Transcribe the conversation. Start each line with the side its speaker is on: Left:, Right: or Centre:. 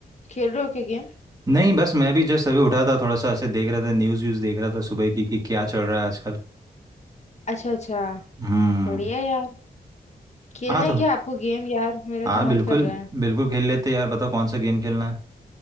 Left: खेल रहे हो क्या गेम
Right: नहीं बस मैं भी जस्ट अभी उठा था थोड़ा सा ऐसे देख रहा था न्यूज़ व्यूज़ देख रहा था सुबह की कि क्या चल रहा है आजकल
Left: अच्छा अच्छा
Right: हम्म
Left: बढ़िया यार खेलना
Right: हाँ तो
Left: है क्या आपको गेम यार मेरा
Right: हाँ
Left: तो
Right: बिल्कुल
Left: मन कर रहा है
Right: बिल्कुल खेल लेते हैं यार बताओ कौन सा गेम खेलना है